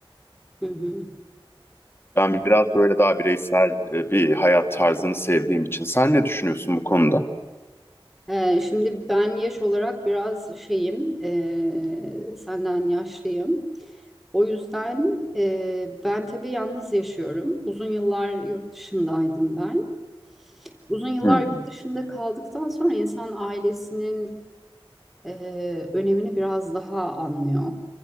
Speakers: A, in the centre; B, on the left.
A: hı hı.
B: Ben biraz böyle daha bireysel e, bir hayat tarzını sevdiğim için. Sen ne düşünüyorsun bu konuda?
A: Ee, şimdi ben yaş olarak biraz şeyim, ee, senden yaşlıyım. O yüzden ee, ben tabii yalnız yaşıyorum. Uzun yıllar yurt dışındaydım ben. Uzun yıllar
B: Hı hı.
A: yurt dışında kaldıktan sonra insan ailesinin ee, önemini biraz daha anlıyor.